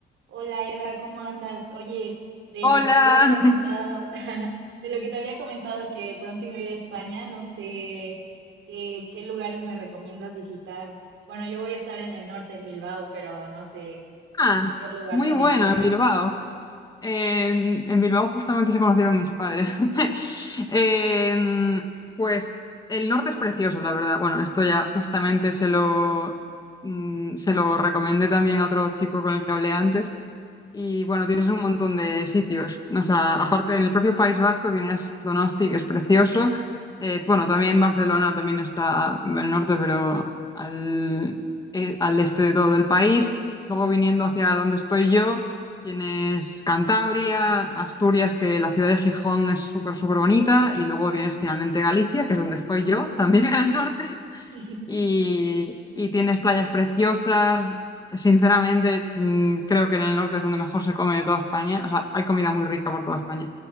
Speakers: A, on the right; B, on the left.
A: Hola Eva, ¿cómo andas? Oye, de
B: Hola.
A: lo que te había comentado, <laughs> de lo que te había comentado que pronto iba a ir a España, no sé qué, qué lugares me recomiendas visitar. Bueno, yo voy a estar en el norte, en Bilbao, pero no sé,
B: Ah,
A: cualquier lugar
B: muy
A: que
B: bueno,
A: me digas.
B: en Bilbao. En, en Bilbao justamente se conocieron mis padres. <laughs> En- pues el norte es precioso, la verdad. Bueno, esto ya justamente se lo, mm, se lo recomendé también a otro chico con el que hablé antes. Y bueno, tienes un montón de sitios. O sea, aparte en el propio País Vasco tienes Donosti, que es precioso. Eh, bueno, también Barcelona también está en el norte, pero al, eh, al este de todo el país. Luego viniendo hacia donde estoy yo, tienes Cantabria, Asturias, que la ciudad de Gijón es súper, súper bonita. Y luego tienes finalmente Galicia, que es donde estoy yo, <laughs> también en el norte
A: <laughs>
B: y, y tienes playas preciosas. Sinceramente, mm, creo que en el norte es donde mejor se come de toda España. O sea, hay comida muy rica por toda España,